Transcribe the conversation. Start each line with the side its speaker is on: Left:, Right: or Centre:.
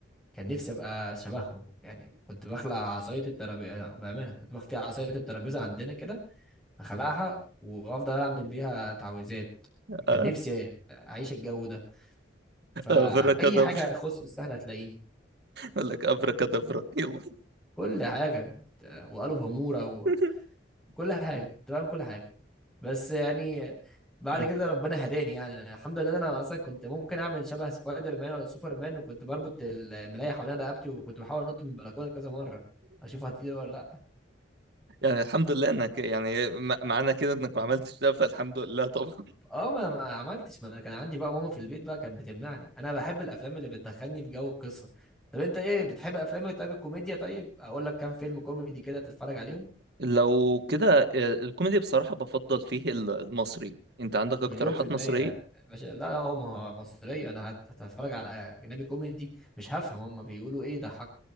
Centre: كان نفسي ابقى شبههم يعني كنت بخلع عصاية الترابيزة بأمانة كنت بخفي عصاية الترابيزة عندنا كده اخلعها وافضل اعمل بيها تعويذات كان
Right: آه.
Centre: نفسي اعيش الجو ده فأي
Right: افركادابرا
Centre: حاجة تخص السهل هتلاقيني
Right: اقول لك افركادابرا يلا
Centre: كل حاجة وقالوا همورة
Right: <laughs>
Centre: وكل حاجة كنت بعمل كل حاجة بس يعني بعد
Right: مم.
Centre: كده ربنا هداني يعني أنا الحمد لله إن أنا أصلا كنت ممكن أعمل شبه سبايدر مان ولا سوبر مان وكنت بربط الملاية حوالين رقبتي وكنت بحاول أنط من البلكونة كذا مرة أشوف هتطير ولا لأ
Right: يعني الحمد لله انك يعني مع- معنى كده انك ما عملتش ده فالحمد لله طبعا
Centre: أه ما أنا ما عملتش ما أنا كان عندي بقى ماما في البيت بقى كانت بتمنعني أنا بحب الأفلام اللي بتدخلني في جو القصة طب أنت إيه بتحب أفلام طيب الكوميديا طيب أقول لك كام فيلم كوميدي كده تتفرج عليهم
Right: لو كده آه، الكوميدي بصراحة بفضل فيه ال- المصري انت عندك اقتراحات
Centre: مليون في المية
Right: مصرية
Centre: مش لا لا هو ما هو مصرية أنا هت- هتفرج على أجنبي كوميدي مش هفهم هما بيقولوا إيه ده حق